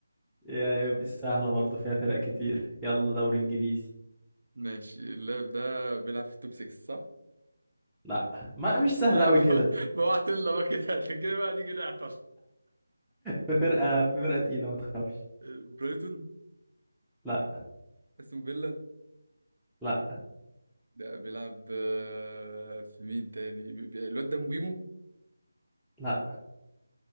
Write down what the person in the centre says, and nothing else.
<laughs> يا- سهلة برضو فيها فرق كتير يلا دوري انجليزي
لا ما مش سهلة
اوي كده
في فرقة في فرقة تقيلة ما تخافش
لا
لا
لا